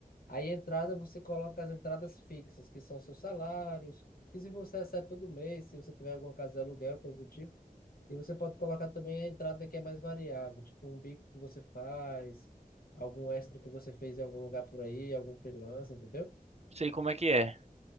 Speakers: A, on the left (about 75°); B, on the right (about 45°).
A: Aí, a entrada, você coloca as entradas fixas, que são seus salários, que se você recebe todo mês, se você tiver alguma casa de aluguel, coisa do tipo. E você pode colocar também a entrada que é mais variável, tipo um bico que você faz, algum extra que você fez em algum lugar por aí, algum freelance, entendeu?
B: Sei como é que é.